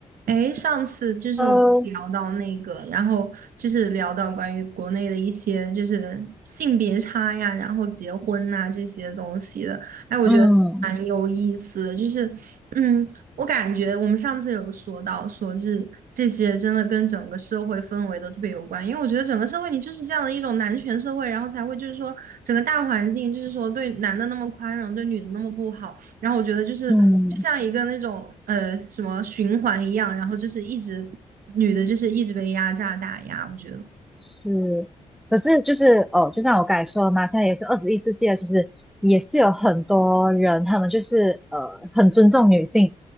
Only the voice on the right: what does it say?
哎，上次就是我们聊到那个，
然后就是聊到关于国内的一些就是性别差呀，然后结婚呐、这些东西的，哎，我觉得蛮有意思的。
就是，嗯，我感觉我们上次有说到，说是这些真的跟整个社会氛围都特别有关，因为我觉得整个社会你就是这样的一种男权社会，然后才会就是说整个大环境就是说对男的那么宽容，对女的那么不好。然后我觉得就是就像一个那种呃什么循环一样，
然后就是一直女的就是一直被压榨打压，我觉得。